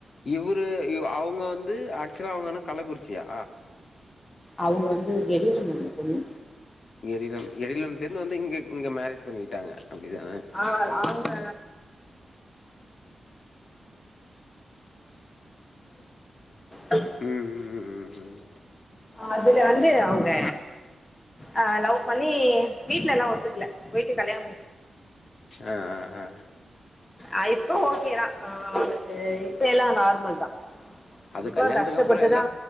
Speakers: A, on the left; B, on the left.
A: இவரு அவுங்க வந்து ஆக்சுலா அவுங்க என்ன கள்ளக்குறிச்சியா
B: அவுங்க வந்து வெகுளி <unintelligible> பொண்ணு
A: எரிலம் எரியிலம் இருந்து வந்து இங்க இங்க மேரே ஜி பண்ணிக்கிட்டாங்க அப்டிதான
B: ஆஹ் அவுங்க <inaudible>
A: ம் ம் ம் ம்
B: அதுல வந்து அவுங்க அஹ் லவ் பண்ணி வீட்ல எல்லா ஒத்துக்கல
A: ஆ ஆ ஆ
B: அஹ் இப்ப ஓகே தா ஹ் எனக்கு இப்பெல்லா நார்மல் தா
A: அது
B: ரொம்ப
A: கல்யாணத்துக்கு
B: கஷ்டப்பட்டுதா
A: அப்புற எல்லா